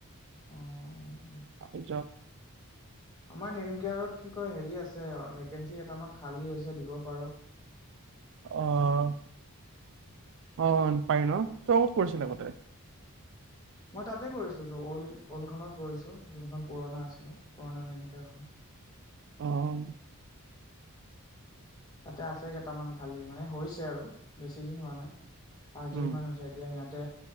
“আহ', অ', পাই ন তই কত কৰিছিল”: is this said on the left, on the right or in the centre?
Right